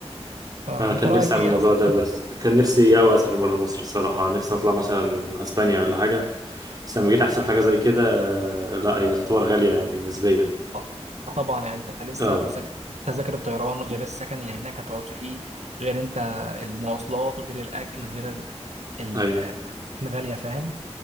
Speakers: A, on the right; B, on the right.
A: فانت
B: انا كان
A: رايك
B: نفسي اعمل
A: ايه
B: الموضوع
A: اصلا
B: ده بس كان نفسي قوي اسافر بره مصر الصراحه نفسي اطلع مثلا اسبانيا ولا حاجه بس لما جيت احسب حاجه زي كده آه، لا هي تعتبر غاليه يعني نسبيا
A: آه طبعا يعني انت لسه
B: اه
A: تذاك- تذاكر الطيران غير السكن اللي هناك هتقعد فيه غير انت المواصلات غير الاكل غير ال- ال-
B: ايوه
A: الغاليه فاهم